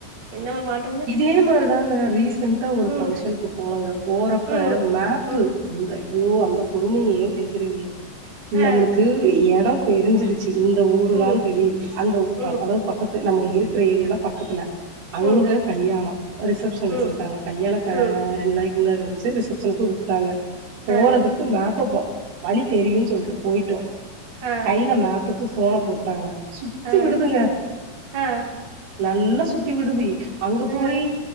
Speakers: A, on the right; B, on the right.
A: எந்த ஒரு மாற்
B: இதே மாரிதாங்க ரீசன்ட்டா ஒரு
A: ம்
B: ஃபங்க்ஷனுக்குப் போனோங்க போறப்ப
A: ம்
B: மேப்பு
A: ம்
B: அந்த ஐயோ அந்தக் கொடுமிய ஏங் கேக்குறீங்க
A: ஆ
B: நம்முளுக்கு எடோந் தெரிஞ்சிருச்சி இந்த ஊருதான்
A: ம்
B: தெரியுது அந்தவு
A: ம்
B: அப் அதாவது பக்கத்து நம்ம இருக்கற ஏரியாலப் பக்கத்துல அங்க
A: ம்
B: கல்யாணோ ரிசப்ஷன் வெச்சிருக்காங்க
A: ம்
B: கல்யாணக்க
A: ம்
B: ரெண் நாளைக் முன்னாடிவொன்ச்சே ரிசப்ஷனுக்கு வுட்டாங்க போறதுக்கு
A: ஆ
B: மேப்பபா வழித் தெரியுன் சொல்ட்டு போயிட்டோ
A: ஆ
B: கைல மேப்புக்கு ஃபோனப் போட்டாங்க சுத்து
A: ஆ
B: விடுதுங்க
A: ஆ
B: நல்லா சுத்தி விடுது இ அங்கப்
A: ஆ
B: போயி